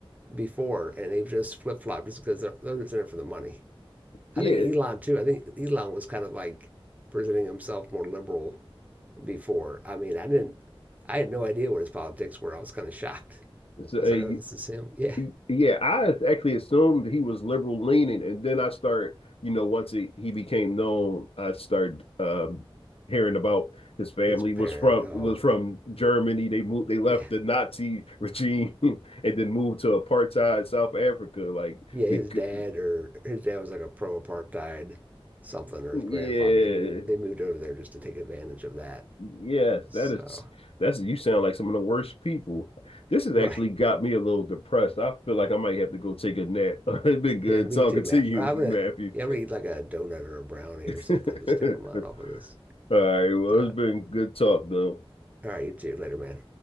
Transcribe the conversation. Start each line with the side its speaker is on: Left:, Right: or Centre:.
Right: before and they've just flip-flopped just because they're, they're in it for the money
Left: Yeah,
Right: i think elon too i think elon was kind of like presenting himself more liberal before i mean i didn't i had no idea what his politics were i was kind of shocked i
Left: it's a,
Right: was like oh this is him yeah
Left: yeah. I actually assumed he was liberal leaning, and then I start, you know, once he, he became known, I started um, hearing about his family
Right: his parent
Left: was from
Right: oh
Left: was from Germany. They moved, they left
Right: yeah
Left: the Nazi regime, <laughs> and then moved to apartheid South Africa, like
Right: yeah,
Left: because
Right: his dad or his dad was like a pro apartheid something or
Left: Yeah.
Right: his grandfather. They moved they moved over there just to take advantage of that.
Left: Yes,
Right: So
Left: that is that's you sound like some of the worst people. This has actually
Right: right.
Left: got me a little depressed. I feel like I might have to go take a nap. <laughs> It's been good
Right: Yeah, me
Left: talking
Right: too, Matt.
Left: to you,
Right: I'm
Left: Matthew.
Right: gonna yeah, I'm gonna eat like a donut or a brownie
Left: <laughs>
Right: or something, just take my mind off of this.
Left: All right, well,
Right: So,
Left: it's been good talk though.
Right: all right, you too. Later, man.